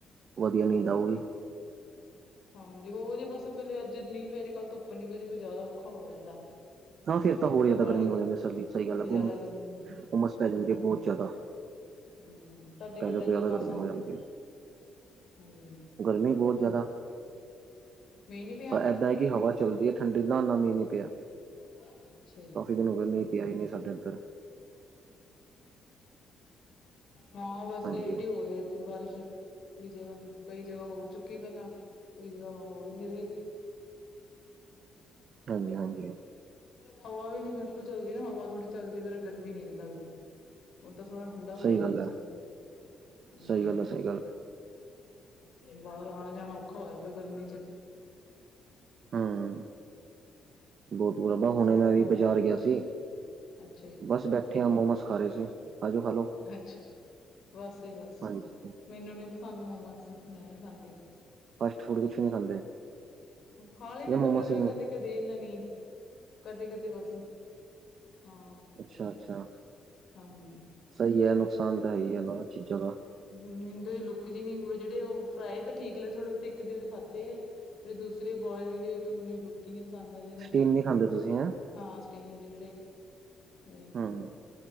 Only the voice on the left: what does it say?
ਹਨ
ਜੀ ਹਾਂਜੀ ਹੋ ਜੇ ਬੱਸ ਫੇਰ ਅੱਜ ਮੀਂਹ ਪੈ ਜੇ ਕੱਲ੍ਹ ਧੁੱਪ ਨਿਕਲ ਜੇ ਫਿਰ ਜਾਦਾ ਔਖਾ ਹੋ ਜਾਂਦਾ
ਤੇ
ਉਹ
ਬਾਹਲੀ
ਫਿਰ
ਜ਼ਿਆਦਾ
ਗਰਮੀ
ਹਾਂਜੀ।
ਹਾਂਜੀ ਹਾਂ ਤੁਹਾਡੇ
ਕਿੱਦਾਂ ਇੱਧਰ
ਮੌਸਮ
ਹਾਂਜੀ
ਮੇਨ ਵੀ
ਅੱਛਾ ਜੀ।
ਠੀਕ
ਹੈ
ਹਾਂ, ਬਸ
ਲੇਟ ਈ ਹੋਰੇ। ਬਾਰਿਸ਼ ਕਈ ਜਗ੍ਹਾ ਕਈ ਜਗ੍ਹਾ ਹੋ ਚੁੱਕੀ ਪੈਲਾਂ, ਕਈ ਜਗ੍ਹਾ ਹੋ ਈਨੀ ਰੀ।
ਹਵਾ ਵੀ ਨੀ ਬਿਲਕੁਲ ਚੱਲਦੀ ਨਾ, ਹਵਾ ਥੋੜ੍ਹੀ ਚੱਲਦੀ ਫੇਰ ਗਰਮੀ ਨੀ ਐਨੀ ਲੱਗਦੀ। ਓਦਾਂ ਥੋੜ੍ਹਾ ਠੰਢਾ ਹੋਇਆ
ਵੈਸੇ,
ਹੂੰ।
ਬਾਰ ਆਣਾ-ਜਾਣਾ ਔਖਾ ਹੋਯਾ ਪੇਆ ਗਰਮੀ 'ਚ।
ਹੋਰ ਦੱਸੋ
ਹੋਰ
ਅੱਛਾ ਜੀ
ਅੱਛਾ, ਬਸ ਜੀ ਬਸ ਜੀ।
ਮੈਨੂੰ ਨੀ ਪਸੰਦ ਮੋਮੋਸ, ਮੈਂ ਨੀ ਖਾਂਦੀ।
ਖਾ ਲਈਦੇ
ਬਰਗਰ
ਕਦੇ-ਕਦੇ ਏਨਾਂ ਨੀ, ਕਦੇ-ਕਦੇ ਬਸ। ਹਾਂ।
ਹਾਂਜੀ
ਹੂੰ, ਮੈਨੂੰ ਤੇ ਏ ਲੁੱਕ ਜੀ ਨੀ ਜੇੜੇ ਫਰਾਈ ਤਾਂ ਠੀਕ ਲਏ ਥੋੜੇ ਬੋ ਤੇ ਇੱਕ ਡੇਢ ਖਾਧੇ ਐ। ਤੇ ਦੂਸਰੇ ਬੋਏਲ ਦੀ ਤਾਂ ਮੈਨੂੰ ਏ ਲੁੱਕ ਹੀ ਨੀ ਪਸੰਦ ਆਦੇ।
ਹਾਂ, ਸਟੀਮ ਦੇ ਜੇੜੇ। ਨਈਂ,